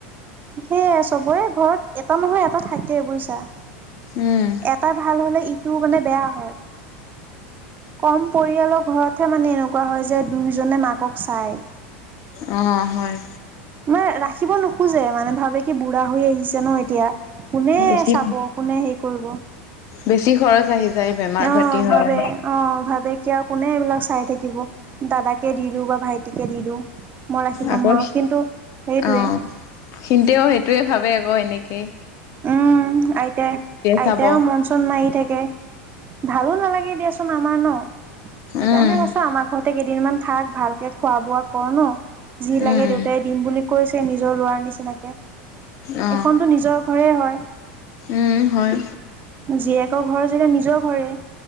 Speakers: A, on the right; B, on the left.
A: সেয়াই চবৰে ঘৰত এটা নহয় এটা থাকে বুইছা।
B: উম
A: এটা ভাল হলে ই টো মানে বেয়া হয়। কম পৰিয়ালৰ ঘৰতহে মানে এনেকুৱা হয় যে দুয়োজনে মাকক চায়।
B: অ', হয়।
A: মানে ৰাখিব নোখোজে মানে ভাবে কি বুঢ়া হৈ আহিছে ন এতিয়া। কোনে
B: বেছি
A: চাব কোনে হেৰি কৰিব।
B: বেছি খৰচ আহি যায়। বেমাৰ
A: অ',
B: পাতি হয়
A: ভাবে অ', ভাবে। কিয় কোনে এইবিলাক চাই থাকিব। দাদাকে দিলো বা ভাইট টি কে দি দিওঁ। মই ৰাখিব
B: আকৌ
A: নোৱাৰোঁ কিন্তু সেইটোৱে।
B: অ', সিহতেও সেইটোৱে ভাবে আকৌ এনে একে।
A: উম আইতাই আইতাইও
B: চাব
A: মন চন মাৰি থাকে ভালো নালাগে দিয়া। আমাৰ ন। সেইকাৰণে
B: উম
A: কৈছ আমাৰ ঘৰতে কেইদিনমান থাক ভালকে খোৱা বোৱা কৰ ন। যি লাগে
B: উম
A: দেউতাই দিম বুলি কৈছে। নিজৰ লোৱাৰ নিচিনাকে।
B: অ
A: এখনতো নিজৰ ঘৰে হয়
B: উম হয়
A: জীয়েকৰ ঘৰ যেতিয়া নিজ জৰ ঘৰে।